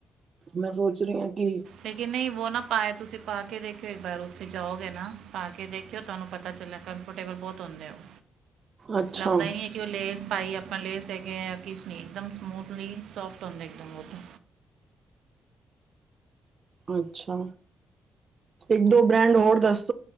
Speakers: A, on the right; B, on the right.
A: ਮੈਂ ਸੋਚ ਰਹੀ ਹਾਂ ਕਿ
B: ਲੇਕਿਨ ਨਹੀਂ ਵੋ ਨਾ ਪਾਾਇਆ ਤੁਸੀਂ ਪਾ ਕੇ ਦੇਖਿਓ ਇੱਕ ਵਾਰ ਉੱਥੇ ਜਾਓਗੇ ਨਾ। ਪਾ ਕੇ ਦੇਖਿਓ ਤੁਹਾਨੂੰ ਪਤਾ ਚੱਲਿਆ ਕੰਫਰਟੇਬਲ ਬਹੁਤ ਹੁੰਦੇ ਉਹ।
A: ਅੱਛਾ
B: ਲਗਦਾ ਹੀ ਹੈ ਕਿ ਉਹ ਲੇਸ ਪਾਈ ਆਪ। ਫ ਲੈਸ ਹੈਗੇ ਆ ਕਿਸ਼ ਨੀ ਇੱਕਦਮ ਸਮੂਥਲੀ ਸੋਫਟ ਹੁੰਦੇ ਇੱਕਦਮ ਓਹ।
A: ਅੱਛਾ ਇੱਕ ਦੋ ਬ੍ਰਾਂਡ ਹੋਰ ਦੱਸ।